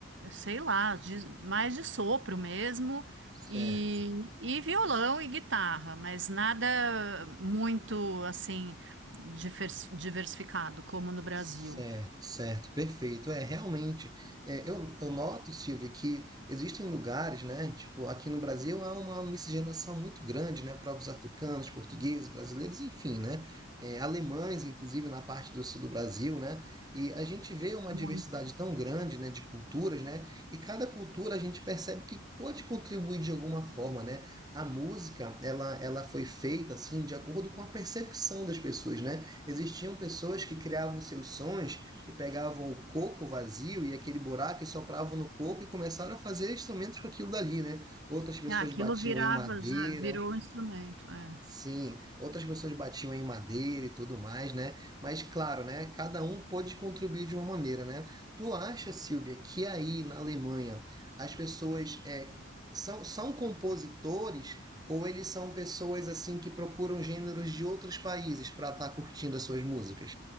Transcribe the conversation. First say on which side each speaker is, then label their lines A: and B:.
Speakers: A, on the right; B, on the right.
A: sei lá, de- mais de sopro mesmo,
B: certo.
A: e, e violão e guitarra, mas nada muito assim divers- diversificado como no Brasil.
B: Certo, certo, perfeito. É, realmente, é, eu, eu noto, Silvia, que existem lugares, né? Tipo, aqui no Brasil há uma miscigenação muito grande, né? Povos africanos, portugueses, brasileiros, enfim, né? é, alemães, inclusive, na parte do sul do Brasil, né? E a gente vê uma
A: Muito.
B: diversidade tão grande, né? De culturas, né? E cada cultura a gente percebe que pode contribuir de alguma forma, né? A música, ela, ela foi feita, assim, de acordo com a percepção das pessoas, né? Existiam pessoas que criavam seus sons, que pegavam o coco vazio e aquele buraco e sopravam no coco e começaram a fazer instrumentos com aquilo dali, né? Outras pessoas
A: Ah, aquilo
B: batiam
A: virava,
B: em madeira.
A: já virou um instrumento. É.
B: Sim, outras pessoas batiam em madeira e tudo mais, né? Mas claro, né? Cada um pôde contribuir de uma maneira, né? Tu acha, Silvia, que aí na Alemanha as pessoas é, são, são compositores ou eles são pessoas assim que procuram gêneros de outros países para estar curtindo as suas músicas?